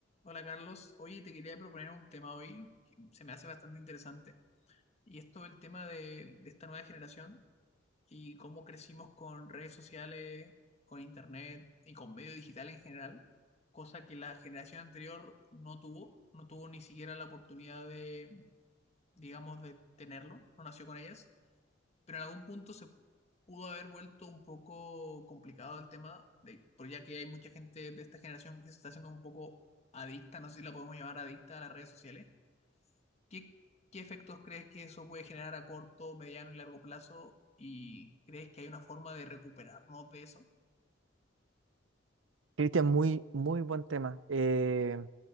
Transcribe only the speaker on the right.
Cristian, muy, muy buen tema. Eh,